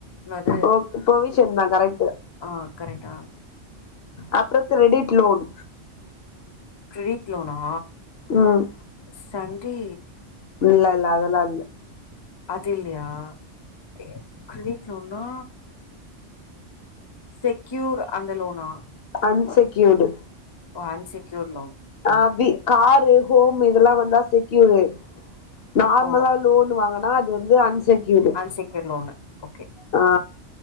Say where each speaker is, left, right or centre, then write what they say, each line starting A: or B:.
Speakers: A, on the left; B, on the left.
A: என்னது
B: போக்கு ப்ரொவிஷன்தா கரெக்ட்டு
A: ஆ கரேட்டா
B: அப்றோ கிரெடிட் லோன்
A: கிரெடிட் லோனா
B: ம்
A: சண்ட்ரீ
B: இல்லல்ல அதெல்லா இல்ல
A: அது இல்லயா எ கிரிடிட் லோன்னா செக்யூர் அந்த லோனா
B: அன்செக்யூர்டு
A: ஓ அன்செக்யூர் லோன் ம்
B: ஆபி காரு ஹோம் இதெல்லா வந்தா செக்யூர் நார்மலா
A: ஓ
B: லோன் வாங்கனா அது வந்து அன்செக்யூரு
A: அன்செக்யூர் லோனு ஓகே
B: ஆ